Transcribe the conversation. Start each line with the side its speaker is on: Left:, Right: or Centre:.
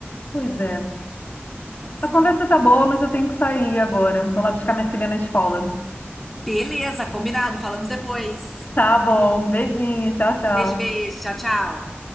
Left: Pois é.
Centre: Pois
Left: A conversa
Centre: é.
Left: tá boa, mas eu tenho que sair agora. Vou lá buscar minha filha na escola.
Centre: Beleza, combinado, falamos depois.
Left: Tá bom. Um Beijinho. Tchau, tchau.
Centre: Beijo, beijo, tchau, tchau.